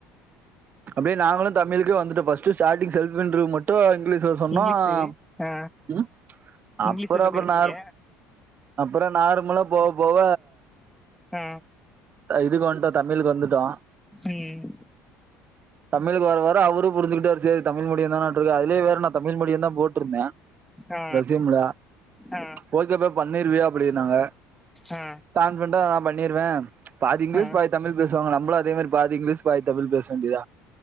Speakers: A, on the right; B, in the centre.
A: அப்டியே நாங்களு தமிழ்க்கே வந்துட்டோ ஃபஸ் ஸ்ட்டு சார்டிங் செல்ஃப் இன்ட்ரோ மட்டு இங்க்லீஸ்ல சொன்னோ
B: இங்கிலீஷு
A: ஆம்
B: ஆ
A: ம்
B: இங்கிலீஷ்ல
A: அப்புறோ
B: சொல்லிருக்கீங்க
A: அப்புற நார்ம் அப்புரோ நார்ம்லா போ போவ
B: ஆ
A: அ இதுக்கு வந்ட்டோ தமிழுக்கு வந்துட்டோ
B: ம்
A: தமிழுக்கு வர வர அவரு புரிஞ்சிக்கிட்டாரு சேரி தமிழ் மீடியம் தானா ற்றுக்க அதுலே வேற நா தமிழ் மீடியந்தா போட்ருந்தே
B: ஆ
A: ரெஸும்ல
B: ஆ
A: போல் தெப்பே பண்ணீருவியா அப்படினாங்க
B: ஆ
A: கான்ஃபிடன்டா அப் பண்ணிருவே பாதி இங்கிலீஷ்
B: ஆ
A: பாதி தமிழ் பேசுவாங்க நம்பளு அதே மாரி பாதி இங்கிலீஷ் பாதி தமிழ் பேச வேண்டிதா